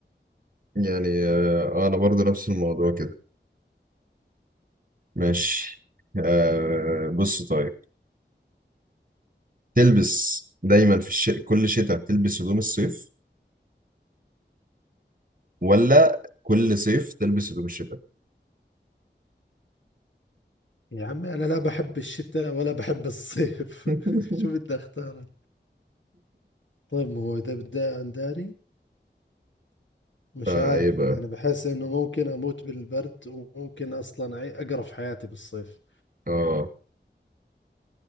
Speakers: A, on the right; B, on the left.
A: يعني آه انا برضو نفس الموضوع كده ماشي آه بص طيب تلبس دايما في الش... كل شتاء تلبس هدوم الصيف ولا كل صيف تلبس هدوم الشتاء
B: يا عمي أنا لا بحب الشتاء ولا بحب الصيف
A: <laughs>
B: <laughs> شو بدي أختار طيب ما هو إذا بدي أنداري مش
A: فايه
B: عارف
A: بقى
B: يعني بحس إنه ممكن أموت بالبرد وممكن أصلا أعي- أقرف حياتي بالصيف
A: اه